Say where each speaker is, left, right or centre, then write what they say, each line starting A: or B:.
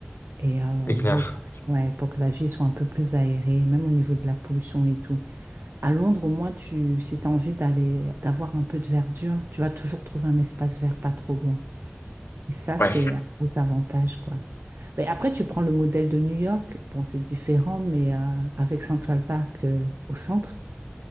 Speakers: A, on the right; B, on the left.
A: Et euh,
B: c'est clair.
A: oui, pour que- ouais, pour que la vie soit un peu plus aérée, même au niveau de la pollution et tout. À Londres, au moins, tu, si tu as envie d'aller, d'avoir un peu de verdure, tu vas toujours trouver un espace vert pas trop loin. Et ça,
B: Ouais,
A: c'est un gros avantage, quoi. Mais après, tu prends le modèle de New York. Bon, c'est différent, mais euh, avec Central Park euh, au centre,